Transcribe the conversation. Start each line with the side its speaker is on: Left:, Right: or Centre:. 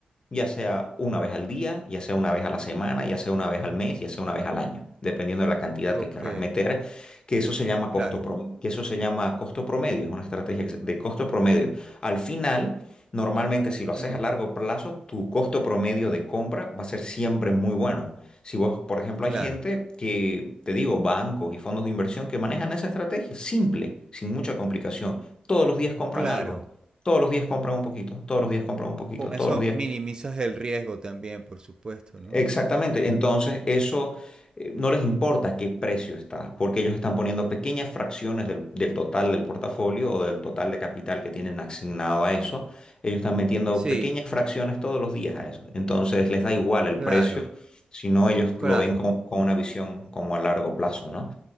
Left: ya sea una vez al día, ya sea una vez a la semana, ya sea una vez al mes, ya sea una vez al año, dependiendo de la cantidad
Right: ok,
Left: que querrás meter, que eso se llama costo
Right: claro,
Left: prom- que eso se llama costo promedio, es una estrategia que se- de costo promedio. Al final, normalmente si
Right: ujú,
Left: lo haces a largo plazo, tu costo promedio de compra va a ser siempre muy bueno. Si vos, por ejemplo,
Right: claro,
Left: hay gente que, te digo, bancos y fondos de inversión que manejan esa estrategia, simple, sin mucha complicación. Todos los días compran
Right: claro.
Left: algo. Todos los días compran un poquito, todos los días compran un poquito,
Right: Con
Left: todos
Right: eso
Left: los días.
Right: minimizas el riesgo también, por supuesto, ¿no?
Left: Exactamente. Entonces, eso eh, no les importa qué precio está, porque ellos están poniendo pequeñas fracciones del, del total del portafolio o del total de capital que tienen asignado a eso. Ellos están metiendo
Right: Sí,
Left: pequeñas fracciones todos los días a eso. Entonces, les da igual el
Right: claro,
Left: precio, sino ellos
Right: claro.
Left: lo ven con, con una visión como a largo plazo, ¿no?